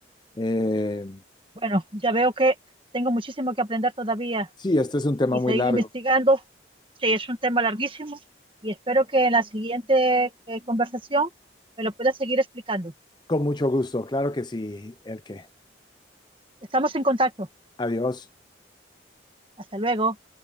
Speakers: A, on the left; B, on the right.
A: Eh,
B: Bueno, ya veo que tengo muchísimo que aprender todavía
A: sí, este es un tema
B: y
A: muy
B: seguir
A: largo.
B: investigando. Sí, es un tema larguísimo y espero que en la siguiente eh, conversación me lo puedas seguir explicando.
A: Con mucho gusto, claro que sí, el que.
B: Estamos en contacto.
A: Adiós.
B: Hasta luego.